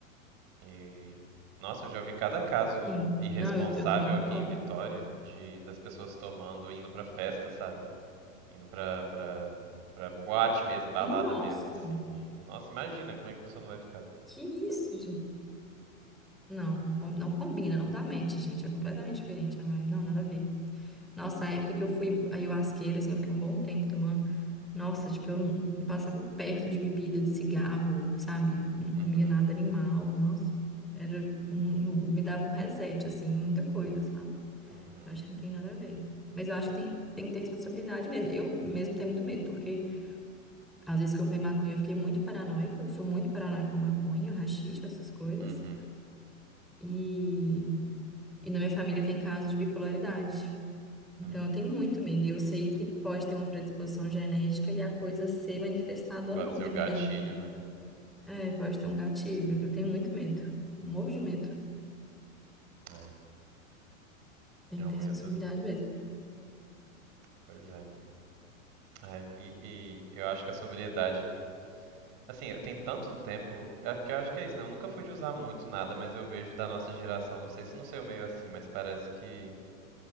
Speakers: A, on the right; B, in the centre.
A: E, nossa, eu já ouvi cada caso
B: sim.
A: irresponsável
B: Não, eu, eu também concordo.
A: aqui em Vitória de das pessoas tomando, e indo pra festa, sabe? Indo pra, pra, pra boate mesmo, balada
B: Nossa,
A: mesmo, assim. E, nossa, imagina como é que a pessoa não vai ficar.
B: que isso, gente? Não, não, com- não combina, não dá match, gente. É completamente diferente a vibe. Não, nada a ver. Nossa, a época que eu fui ayahuasqueira, assim, eu fiquei um bom tempo tomando. Nossa, tipo, eu não não passava perto de bebida, de cigarro, sabe? Não comia
A: Uhum,
B: nada animal, nossa. Era, um- um- me dava um reset, assim, em muita coisa, sabe?
A: uhum,
B: Eu acho que não tem nada a ver. Mas eu acho que tem, tem que ter responsabilidade mesmo. Eu mesmo tenho muito medo, porque às vezes que eu fumei maconha, eu fiquei muito paranoica. Eu sou muito paranoica com maconha, haxixe, essas coisas.
A: uhum.
B: E, e na minha família tem caso de bipolaridade. Então,
A: Hum,
B: eu tenho muito medo. E eu sei que pode ter uma predisposição genética e a coisa ser manifestada
A: Pode
B: ou não,
A: ser
B: dependendo
A: o gatilho,
B: de...
A: né?
B: É, pode ter um gatilho. Eu tenho muito medo. Morro de
A: Hum,
B: medo.
A: é,
B: Tem
A: é
B: que
A: um
B: ter
A: medo.
B: sensibilidade mesmo.
A: Pois é. Ai, e, e eu acho que a sobriedade Assim, tem tanto tempo é que eu acho que é isso, né? Eu nunca fui de usar muito nada, mas eu vejo da nossa geração, não sei se no seu meio é assim, mas parece que